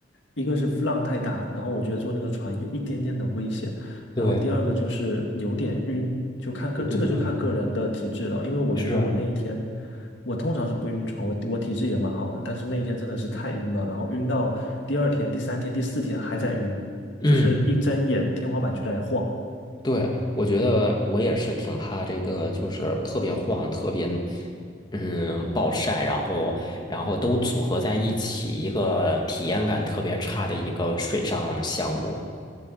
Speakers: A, on the left (about 80°); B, on the left (about 25°).
A: 一个是浪太大，然后我觉得坐那个船有一点点的危险，然后第二个就是有点晕，
B: 对
A: 就看个这个就看个人的体质了，
B: 对对对，
A: 因为我觉得我那一天
B: 是，
A: 我通常是不晕船，我我体质也蛮好的，但是那一天真的是太晕了，然后晕到第二天、第三天、第四天还在晕。
B: 嗯。
A: 就是一睁眼天花板就在晃。
B: 对，我觉得我也是挺怕这个，就是特别晃，特别嗯暴晒，然后然后都组合在一起，一个体验感特别差的一个水上项目。